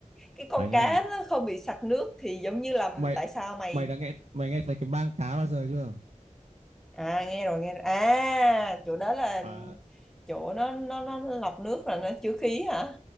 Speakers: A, in the centre; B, on the right.
A: cái con
B: à nhá
A: cá nó không bị sặc nước thì giống như là
B: mày
A: tại sao mày
B: mày đã nghe mày nghe thấy cái mang cá bao giờ chưa
A: à nghe rồi nghe rồi à chỗ đó là
B: à,
A: chỗ nó nó nó lọc nước là nó chứa khí hả